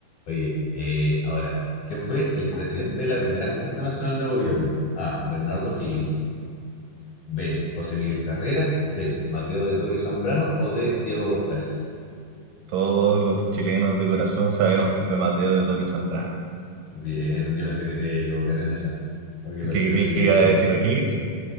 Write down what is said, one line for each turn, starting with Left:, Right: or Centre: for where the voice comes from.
Left: Oye, eh, ahora, ¿quién fue el presidente de la primera Junta Nacional de Gobierno? A. Bernardo Higgins. B. José Miguel Carrera. C. Mateo de Toro y Zambrano. O D. Diego Portales.
Right: Todos los chilenos de corazón sabemos que fue Mateo de Toro y Zambrano.
Left: Bien, yo pensé que te iba a equivocar en esa. Porque
Right: Que
Left: cualquiera
Right: creí
Left: se hubiese
Right: que iba a
Left: ido por...
Right: decir O'Higgins,